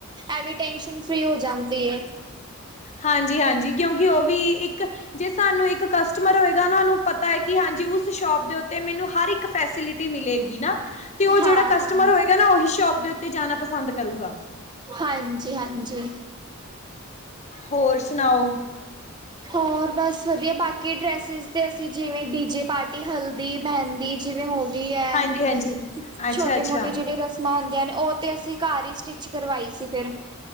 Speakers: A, on the right; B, on the left.
A: ਐ ਵੀ ਟੈਨਸ਼ਨ ਫ੍ਰਰੀ ਹੋ ਜਾਂਦੀ ਹੈ।
B: ਹਾਂਜੀ -ਹਾਂਜੀ। ਕਿਉਂਕਿ ਉਹ ਵੀ ਇੱਕ ਜੇ ਸਾਨੂੰ ਇੱਕ ਕਸਟਮਰ ਹੋਏਗਾ। ਨੂੰ ਪਤਾ ਹੈ ਕਿ ਹਾਂਜੀ ਉਸ ਸ਼ੋਪ ਦੇ ਉਤੇ ਮੈਨੂੰ ਹਰ ਫੈਸਿਲਿਟੀ ਮਿਲੇਗੀ ਨਾ ਤੇ ਉਹ
A: ਹਾਂ
B: ਜਿਹੜਾ ਕਸਟਮਰ
A: ਹਾਂ
B: ਹੋਏਗਾ ਨਾ ਉਹੀ ਸ਼ੋਪ ਦੇ ਉੱਤੇ ਜਾਣਾ ਪਸੰਦ ਕਰੇਗਾ।
A: ਹਾਂਜੀ - ਹਾਂਜੀ।
B: ਹੋਰ ਸੁਣਾਓ।
A: ਹੋਰ ਬਸ ਵਧੀਆ ਬਾਕੀ ਡਰੈਸਿਸ ਤੇ ਅਸੀਂ ਜਿਵੇਂ ਡੀ ਜੇ ਪਾਰਟੀ ਹਲਦੀ ਮਹਿੰਦੀ ਜਿਵੇਂ ਹੋ ਹੈ
B: ਹਾਂਜੀ-ਹਾਂਜੀ
A: ਛੋਟੀ
B: ਅੱਛਾ-ਅੱਛਾ।
A: ਮੋਟੀ ਜਿਹੜੀ ਰਸ ਹੁੰਦੀਆਂ ਨੇ ਉਹ ਤੇ ਅਸੀਂ ਘਰ ਹੀ ਸਟਿਚ ਕਰਵਾਈ ਸੀ ਫਿਰ